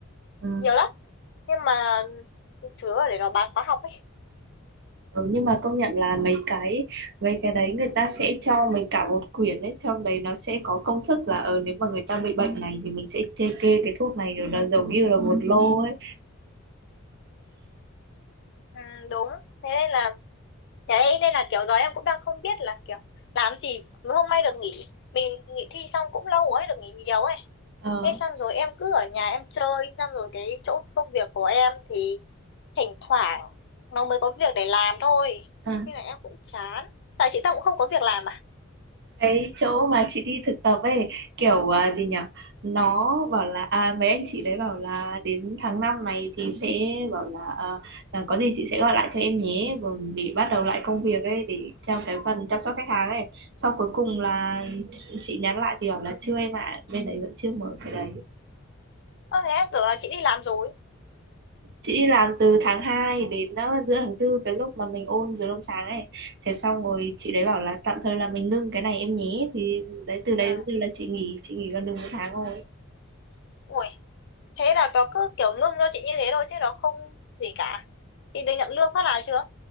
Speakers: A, on the right; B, on the left.
A: Ừ.
B: nhiều lắm nhưng mà thứ ở để nó bán khóa học ấy
A: Ừ, nhưng mà công nhận là mấy cái mấy cái đấy người ta sẽ cho mình cả một quyển đấy trong đấy nó sẽ có công thức là ờ nếu mà người ta bị bệnh này thì mình sẽ kê kê cái thuốc này rồi nó giống như là một lô ấy
B: ừ, đúng thế nên là đấy nên là kiểu giờ em cũng đang không biết là kiểu làm gì mới hôm nay được nghỉ mình nghỉ thi xong cũng lâu ấy được nghỉ nhiều ấy
A: ờ
B: thế xong rồi em cứ ở nhà em chơi xong rồi cái chỗ công việc của em thì thỉnh thoảng nó mới có việc để làm thôi
A: à.
B: nên là em cũng chán tại chị ta cũng không có việc làm à
A: cái chỗ mà chị đi thực tập ấy kiểu à, gì nhỉ nó bảo là à, mấy anh chị đấy bảo là đến tháng 5 này thì sẽ bảo là ờ, là có gì chị sẽ gọi lại cho em nhé còn để bắt đầu lại công việc ấy để theo cái phần chăm sóc khách hàng ấy sau cuối cùng là chị nhắn lại thì bảo là chưa em ạ bên đấy vẫn chưa mở cái đấy
B: ơ thế em tưởng là chị đi làm rồi
A: chị đi làm từ tháng 2 đến uh, giữa tháng tư cái lúc mà mình ôn dưới hôm sáng ấy thế xong rồi chị đấy bảo là tạm thời là mình ngưng cái này em nhé thì đấy từ đấy
B: à
A: đến từ là chị nghỉ chị nghỉ gần được một tháng rồi
B: ui thế là nó cứ kiểu ngưng cho chị như thế thôi chứ nó không gì cả chị được nhận lương phát nào chưa